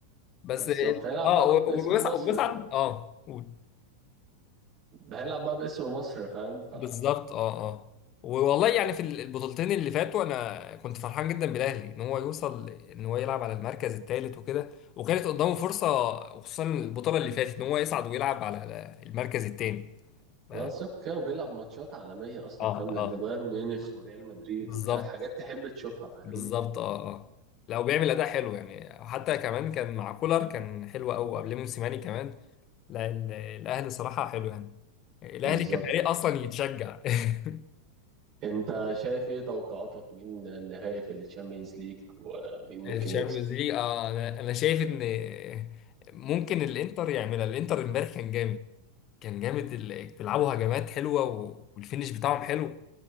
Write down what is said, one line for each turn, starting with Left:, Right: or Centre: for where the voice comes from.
Left: بس
Right: بالظبط
Left: ال-
Right: هيلعب
Left: اه
Right: بقى
Left: و-
Right: باسم
Left: و- وبيصعد
Right: مصر
Left: وبيصعد
Right: فاهم
Left: اه قول.
Right: هيلعب بقى باسم مصر فاهم ف
Left: بالظبط اه اه والله يعني في البطولتين اللي فاتوا انا كنت فرحان جدا بالاهلي ان هو يوصل ان هو يلعب على المركز الثالث وكده وكانت قدامه فرصه وخصوصا البطوله اللي فاتت ان هو يصعد ويلعب على على المركز الثاني
Right: وانا
Left: اه
Right: صح كده وبيلعب ماتشات عالمية اصلا
Left: اه
Right: فاهم ضد بايرن ميونخ وريال مدريد
Left: بالظبط
Right: وبتاع حاجات تحب تشوفها فاهمني
Left: بالظبط اه اه لو بيعمل اداء حلو يعني حتى كمان كان مع كولر كان حلو قوي قبل موسيماني كمان لا ال- الاهلي صراحه حلو يعني الاهلي
Right: بالظبط
Left: كفريق اصلا يتشجع <laughs>
Right: انت شايف ايه توقعاتك مين النهائي في التشامبيونز ليج ومين ممكن
Left: الشامبيونز
Right: يكسب
Left: ليج اه انا أنا شايف ان ممكن الانتر يعملها الانتر امبارح كان جامد كان جامد ال- بيلعبوا هجمات حلوه و- والفينش بتاعهم حلو